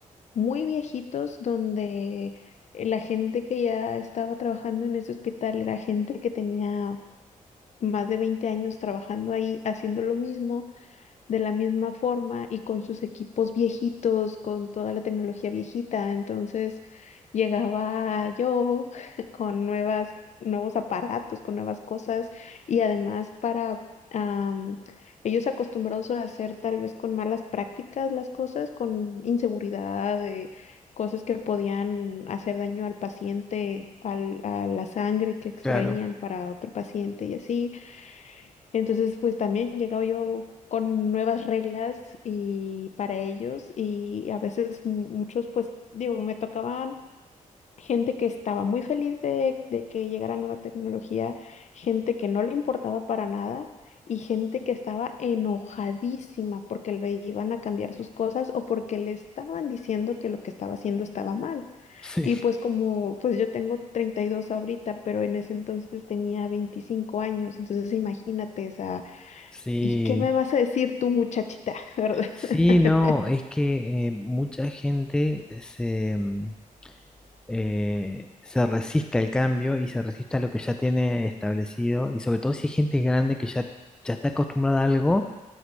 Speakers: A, on the left; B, in the centre.
A: muy viejitos donde la gente que ya estaba trabajando en ese hospital era gente que tenía más de 20 años trabajando ahí haciendo lo mismo de la misma forma y con sus equipos viejitos, con toda la tecnología viejita. Entonces llegaba yo <laughs> con nuevas, nuevos aparatos, con nuevas cosas y además para am, ellos acostumbrados a hacer tal vez con malas prácticas las cosas, con inseguridad, de cosas que podían hacer daño al paciente, al, a la sangre que extraían
B: Claro,
A: para otro paciente y así. Entonces, pues también llegaba yo con nuevas reglas y para ellos y a veces mu- muchos, pues digo, me tocaban gente que estaba muy feliz de, de que llegara nueva tecnología, gente que no le importaba para nada y gente que estaba enojadísima porque le iban a cambiar sus cosas o porque le estaban diciendo que lo que estaba haciendo estaba mal.
B: sí,
A: Y pues como, pues yo tengo 32 ahorita, pero en ese entonces tenía 25 años, entonces imagínate esa
B: sí,
A: ¿Y qué me vas a decir tú, muchachita? <laughs> ¿Verdad?
B: sí,
A: <laughs>
B: no, es que eh, mucha gente se, mm, eh, se resiste al cambio y se resiste a lo que ya tiene establecido, y sobre todo si hay gente grande que ya, ya está acostumbrada a algo